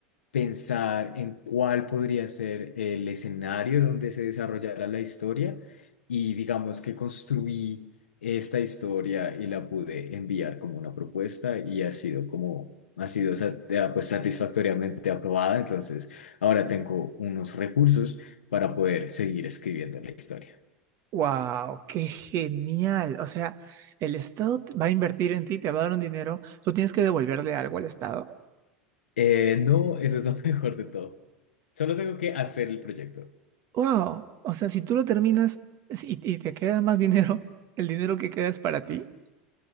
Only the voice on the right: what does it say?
wow, qué genial. O sea, el Estado te- va a invertir en ti, te va a dar un dinero, tú tienes que devolverle algo al Estado.
Wow, o sea, si tú lo terminas si- y, y te queda más dinero, el dinero que queda es para ti.